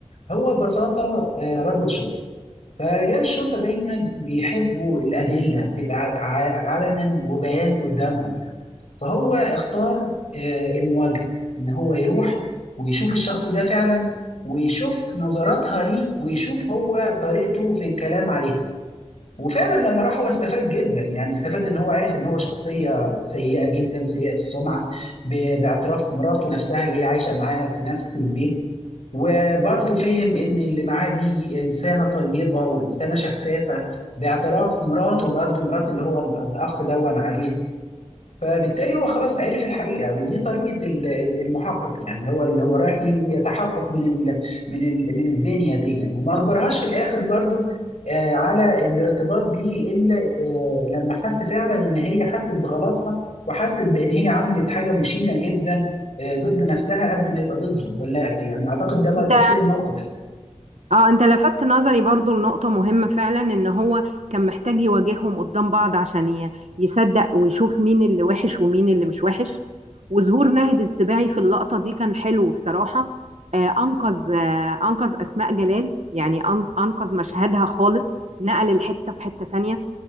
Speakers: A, on the left; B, on the right.
A: هو ببساطه آه، رجل شرطه فرجال الشرطة دايما بيحبوا الأدلة تبقى ع- ع- علنا وبيان قدامهم يعني فهو اختار آه، المواجهة إن هو يروح ويشوف الشخص ده فعلا ويشوف نظراتها ليه ويشوف هو طريقته في الكلام عليه وفعلا لما راح هو استفاد جدا يعني استفاد ان هو عارف ان هو شخصية سيئة جدا سيئة السمعة ب- باعتراف مراته نفسها اللي هي عايشة معاه في نفس البيت وبرضه فهم ان اللي معاه دي انسانه طيبه وانسانه شفافه باعتراف مراته برضه مرات اللي هو الاخ دون عليها فبالتالي هو خلاص عرف الحقيقه ودي طريقه ال- ال- المحقق يعني هو اللي هو رايح يتحقق من ال من ال من الدنيا دي يعني. وما اجبرهاش في الاخر برضو آه، على الارتباط بيه الا آه، لما حس فعلا ان هي حست بغلطها وحست بان هي عملت حاجه مشينه جدا آه، ضد نفسها قبل ما يبقى ضده ولا يعني اعتقد ده ما-
B: انت
A: تفسير الموقف
B: اه انت لفتت نظري برضو لنقطة مهمة فعلا ان هو كان محتاج يواجههم قدام بعض عشان ي- يصدق ويشوف مين اللي وحش ومين اللي مش وحش وظهور ناهد السباعي في اللقطة دي كان حلو بصراحة آه انقذ آه انقذ اسماء جلال يعني أن- انقذ مشهدها خالص نقل الحتة في حتة تانية